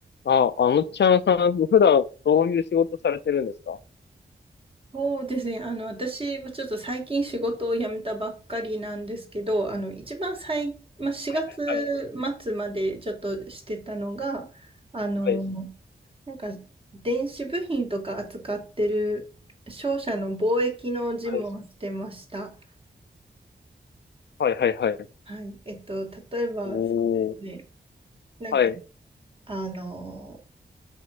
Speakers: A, on the left; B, on the right.
A: あ、あのちゃんさん、普段どういう仕事されてるんですかは
B: そうですね。あの、私はちょっと最近仕事を辞めたばっかりなんですけど、あの、一番最、まあ、4月末までちょっとしてたのが、
A: いはい、
B: あの、
A: はい、
B: なんか、電子部品とか扱ってる商社の貿易の事務をしてました。
A: はい、はい、はい、はい、はい。はい
B: はい。えっと、例えば、
A: おー、
B: そうですね。なんか、
A: はい、
B: あの、